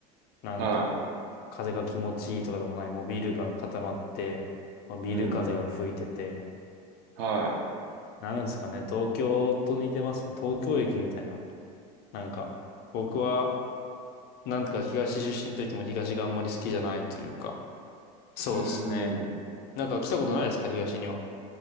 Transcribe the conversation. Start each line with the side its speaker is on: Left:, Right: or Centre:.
Left: なんか、
Right: は
Left: 風が気持ちいいとかでもない、もうビルが固まって、まあ、ビル風が吹いてて、
Right: い。うん。は
Left: なんですかね、東京と似てますね。東京駅みたいな。なんか、僕は、なんとか東出身といっても東があんまり好きじゃないというか、そうですね。
Right: い。うん。
Left: なんか来たことないですか、東には。